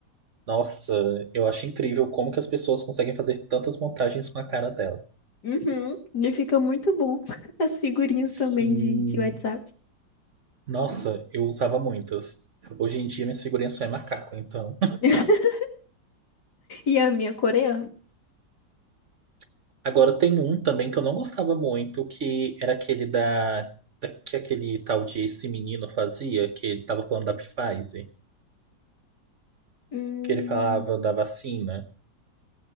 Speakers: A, on the right; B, on the left.
A: Nossa, eu acho incrível como que as pessoas conseguem fazer tantas montagens com a cara dela.
B: Uhum. E fica muito bom. <laughs> As figurinhas
A: Sim.
B: também de, de WhatsApp.
A: Nossa, eu usava muitas. Hoje em dia minhas figurinhas só é macaco, então.
B: <laughs> E a minha é coreana.
A: <laughs> Agora tem um também que eu não gostava muito, que era aquele da, da que aquele tal de esse menino fazia, que ele tava falando da Pfizer,
B: Hum,
A: que ele falava da vacina,